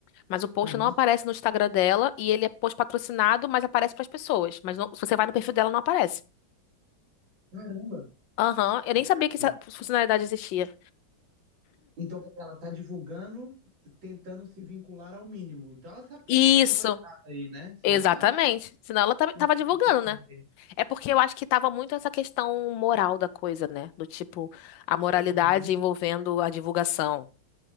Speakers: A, on the left; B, on the right.
A: mas o post
B: Aham.
A: não aparece no Instagram dela e ele é post patrocinado, mas aparece para as pessoas. Mas não- se você vai no perfil dela, não aparece.
B: Caramba,
A: Aham, eu
B: grave.
A: nem sabia que essa funcionalidade existia.
B: Então, quer dizer, ela tá divulgando, tentando se vincular ao mínimo. Então, ela sabe que
A: Isso,
B: é- tem coisa errada aí, né? Senão,
A: exatamente.
B: ela
A: Senão ela tava
B: não
A: tava
B: teria
A: divulgando,
B: o que esconder.
A: né? É porque eu acho que tava muito essa questão moral da coisa, né? Do tipo, a moralidade
B: Uhum.
A: envolvendo a divulgação.